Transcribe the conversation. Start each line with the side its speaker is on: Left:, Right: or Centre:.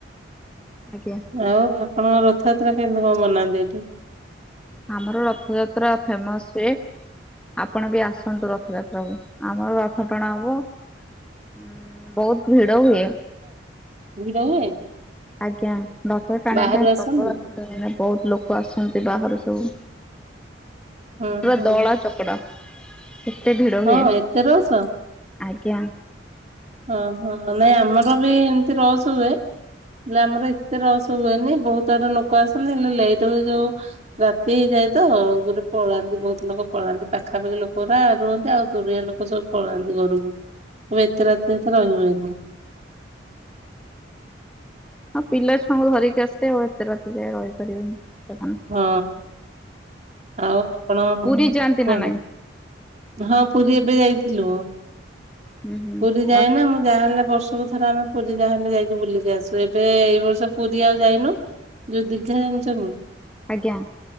Centre: ଆଜ୍ଞା
Right: ଆଉ ଆପଣଙ୍କ ରଥଯାତ୍ରା କେନ୍ତି କଁ ମନାନ୍ତି ଏଇଠି?
Centre: ଆମର ରଥଯାତ୍ରା ଫେମସ ହୁଏ ଆପଣ ବି ଆସନ୍ତୁ ରଥଯାତ୍ରାକୁ ଆମର ରଥ ଟଣା ହବ ଉଁ ବହୁତ ଭିଡ଼ ହୁଏ।
Right: ଭିଡ଼ ହୁଏ?
Centre: ଆଜ୍ଞା ରଥ ଟାଣିବା
Right: ବାହାରୁ
Centre: ପାଇଁ
Right: ଆସନ୍ତି।
Centre: ପ୍ରବଳ ଭିଡ଼ ହେନେ ବହୁତ ଲୋକ ଆସନ୍ତି ବାହାରୁ ସବୁ।
Right: ହୁଁ
Centre: ପୁରା
Right: ହୁଁ
Centre: ଦଳା ଚକଡ଼ା। କେତେ ଭିଡ଼ ହୁଏ?
Right: ହଁ ଏତେ ରସ
Centre: ଆଜ୍ଞା।
Right: ଓହୋ ନାଇଁ ଆମର ବି ଏମତି ରସ୍ ହୁଏ। ହେଲେ ଆମର ଏତେ ରସ୍ ହୁଏନି ବହୁତ ଆଡ଼ୁ ଲୋକ ଆସନ୍ତି ହେଲେ ଲେଟ୍ ହୁଏ ଯୋଉ ରାତି ଏଇଯା ଯାଏ ତ ଗୋଟେ ପଳାନ୍ତି ବହୁତ ଲୋକ ପଳାନ୍ତି ପାଖାପାଖି ଲୋକ ଉରା ରୁହନ୍ତି ଆଉ ଦୂରିଆ ଲୋକ ସବୁ ପଳା ନ୍ତି ଘରକୁ କହିବେ ଏତେ ରାତିରେ। ରହିବାକୁ।
Centre: ହଁ ପିଲାଛୁଆଙ୍କୁ ଧରିକି ଆସିଲେ ଆଉ ଏତେ ରାତି ଯାଇ ରହିପାରିବେନି। ସେମାନେ।
Right: ହଁ। ଆଉ ଆପଣ କୁହନ୍ତୁ
Centre: ପୁରୀ ଯାଆନ୍ତି ନା ନାଇଁ?
Right: ହଁ ପୁରୀ ଏ ଏବେ ଯାଇଥିଲୁ
Centre: ହୁଁ ହୁଁ
Right: ପୁରୀ ଯାଏନା
Centre: ର
Right: ମୁଁ ଯାହାହେଲେ ବର୍ଷ କୁ ଥ ଥରେ ଆମେ ପୁରୀ ଯାହା ହେଲେ ଯାଇକି ବୁଲିକି ଆସୁ ଏବେ ଏଇ ବର୍ଷ ପୁରୀ ଆଉ ଯାଇନୁ। ଯୋଉ ଦୀଘା ଜାଣିଛନ୍ତି।
Centre: ଆଜ୍ଞା।